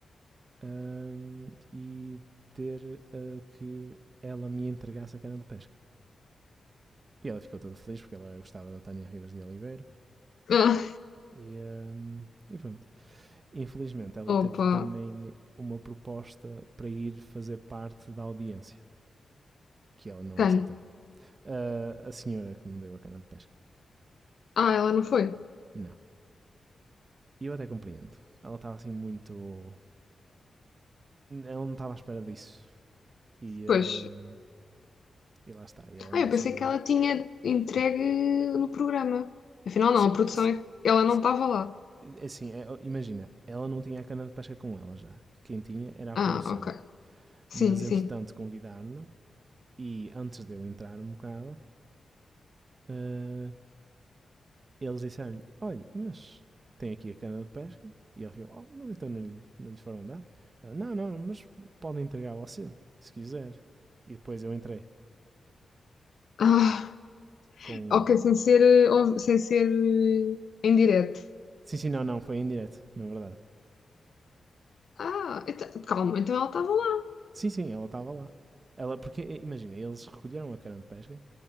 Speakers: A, on the right; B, on the left.
A: ahm, e ter ah, que ela me entregasse a cana de pesca. E ela ficou toda feliz porque ela gostava da Tânia Rivas de Oliveira.
B: Ah,
A: E, ahm, e pronto. Infelizmente, ela
B: opa.
A: teve também uma proposta para ir fazer parte da audiência, que ela não
B: Quem?
A: aceitou. Ah, a senhora que me deu a cana de pesca.
B: Ah, ela não foi.
A: Não. E eu até compreendo. Ela estava assim muito. Ela não estava à espera disso. E,
B: Pois.
A: ahm, e lá está. E ela
B: Ah,
A: não
B: eu pensei
A: soube.
B: que ela tinha entregue no programa. Afinal,
A: Se,
B: não, a produção
A: se,
B: é que ela não
A: se,
B: estava lá.
A: É Assim, é- imagina, ela não tinha a cana de pesca com ela já. Quem tinha era a
B: Ah,
A: produção.
B: ok. Sim,
A: Mas
B: sim.
A: entretanto convidaram-na e antes de eu entrar um bocado, eh, eles disseram-lhe: Olha, mas tem aqui a cana de pesca. E ele ficou: Oh, mas então não lhe, não lhe foram dar? Ela: Não, não, mas podem entregar a você, se quiser. E depois eu entrei
B: Ah.
A: com.
B: Ok, sem ser, eh, ou- sem ser eh, em direto.
A: Sim, sim, não, não, foi em direto, na verdade.
B: Ah, então- calma, então ela estava lá.
A: Sim, sim, ela estava lá. Ela, porque, eh, imagina, eles recolheram a cana de pesca